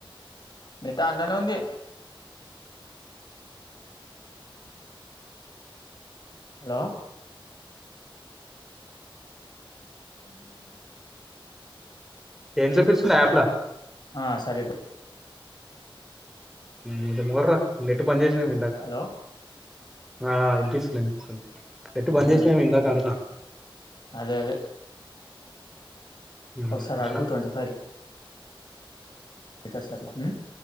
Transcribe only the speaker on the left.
మితా అండ్లనే ఉంది హలో ఉమ్ హ్
ఆ సరేపో
హలో
మ్మ్
అదే అదే
ఒకసారి
అడుగు ట్వంటీ అయితే సర్లా